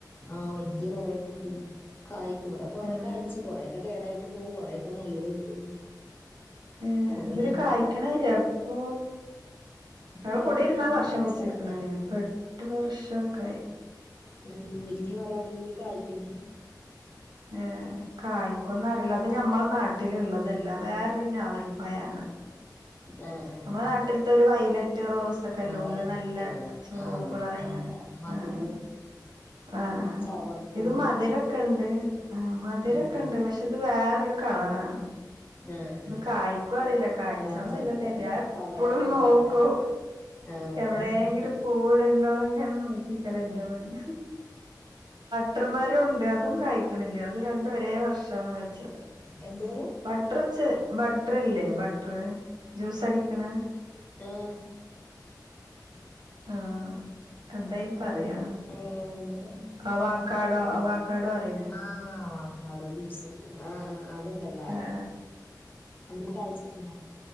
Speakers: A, on the left; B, on the right.
A: ആഹ് വല്യ മരമായിട്ട് വരും കായ്ക്കും ഇവിടെ കൊറേക്കെ
B: ഏഹ്
A: കായ്ച്ചു കൊറേക്കെ കേടായിട്ട് പോകും കൊറേക്കെ നല്ലത് കിട്ടും
B: ഏഹ്
A: കൊറേ
B: ഇതില്
A: <unintelligible>
B: കായ്ക്കണില്ല അപ്പൊ
A: ഇപ്പൊ
B: ഞങ്ങള്
A: കായ്ക്കുന്ന
B: കുടിര്ന്നാ
A: കണ്ട്
B: വർഷം
A: കായ്ച്ച്
B: വെച്ച്ക്ക്‌ണ്
A: കഴിഞ്ഞ്
B: പ്പെ എട്ട് വർഷൊക്കായി
A: ഉം വല്യ മരാണെങ്കില് കായ്ക്കും
B: ഏ കായ്ക്കോന്നറീല്ല അത് ഞമ്മളെ നാട്ടില്ള്ളതല്ല വേറൊരു ഞാവൽപ്പയാണ്ത്
A: ആഹ് ആഹ്
B: നമ്മടെ
A: ആഹ്
B: നാട്ടിൽത്തെ ഒരു വൈലറ്റ് റോസ് ക്കല്ല
A: ആഹ്
B: ഉള്ള്
A: വൈലറ്റ്
B: നല്ല
A: കളർ
B: ചോപ്പ്കളറായാണ്ട്
A: ആഹ് നല്ല മധുരോം
B: ആഹ് ആഹ് ആഹ്
A: ചവർപ്പുമൊക്കെ
B: ഇത് മധുര ക്കെണ്ട് ആഹ് മധുരൊക്കെണ്ട്
A: ഉം
B: പക്ഷെ ഇത് വേറൊരു കളറാണ്
A: ആഹ് ആഹ്
B: ഇത് കായ്ക്കോ അറീല്ല കായ്ച
A: ആഹ് ചെലപ്പോ
B: നല്ലത് ഞാൻ എപ്പളും
A: പലതരം ഉണ്ടാവില്ല
B: നോക്കും
A: ആഹ്
B: എവ്ടേങ്കിലും പൂവിടണ്ടോന്ന്ങ്ങനെ നോക്കിക്കലാ എന്റെപണി ട്ട്ർ മരുണ്ട് അതും കായ്ക്ക്‌ണില്ല അത് രണ്ടും ഒരേ വർഷ വെച്ചത്
A: എന്തു മരം
B: ബട്ട്ർച്ച് ബട്ട്ർല്ലേ ബട്ട്ർ ജ്യൂസടിക്ക്‌ണേ
A: ആഹ്
B: ആഹ് എന്തയ്ന് പറയാ
A: ഓ അവക്
B: അവാക്കാടോ അവാക്കാടോ അറിയില്ലേ
A: ആഹ് ക്കാഡോ ജ്യൂസടിക്ക്‌ണെ ആഹ് ആഹ് അത്ണ്ടല്ലേ
B: ആ
A: അതിമ്മെ കായ്ച്ച്ട്ട്ണ്ടോ